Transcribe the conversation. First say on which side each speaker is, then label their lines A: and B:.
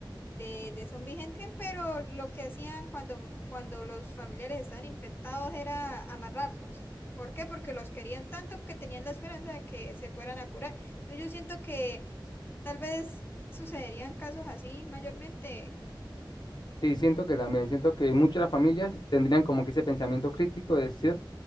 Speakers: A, on the left (about 25°); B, on the left (about 60°).
A: de, de zombie entran, pero lo que hacían cuando, cuando los familiares estaban infectados era amarrarlos. ¿Por qué? Porque los querían tanto que tenían la esperanza de que se fueran a curar. Entonces yo siento que tal vez sucederían casos así mayormente.
B: Sí, siento que también, siento que muchas de las familias tendrían como que ese pensamiento crítico de decir,